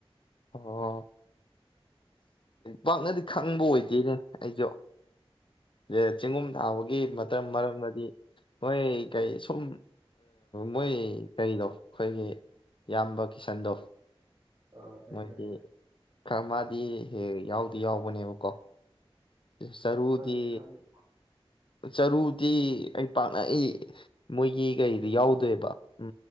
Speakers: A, on the left; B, on the right.
A: ꯑꯣ ꯄꯥꯛꯅꯗꯤ ꯈꯪꯕ ꯑꯣꯏꯗꯦꯅꯦ ꯑꯩꯁꯨ ꯌꯦ ꯆꯤꯡꯒꯨꯝ ꯊꯥꯕꯒꯤ ꯃꯇꯝ
B: ꯑꯥ
A: ꯃꯔꯝꯗꯗꯤ ꯃꯣꯏ ꯀꯩ ꯁꯨꯝ ꯃꯣꯏ ꯀꯔꯤꯗꯣ ꯑꯩꯈꯣꯏꯒꯤ ꯌꯥꯝꯕ ꯀꯤꯁꯟꯗꯣ
B: ꯑ ꯊꯦꯡ
A: ꯃꯣꯏꯒꯤ
B: ꯊ ꯊ
A: ꯈꯔ ꯃꯥꯗꯤ ꯍ ꯌꯥꯎꯗꯤ ꯌꯥꯎꯕꯅꯦꯕꯀꯣ ꯁꯔꯨꯗꯤ
B: ꯑꯣ ꯅꯪ ꯈꯪꯉꯤ
A: ꯆꯔꯨꯗꯤ ꯑꯩ ꯄꯥꯛꯅꯏ ꯃꯣꯏꯒꯤ ꯀꯔꯤꯗꯤ ꯌꯥꯎꯗꯣꯏꯦꯕ ꯎ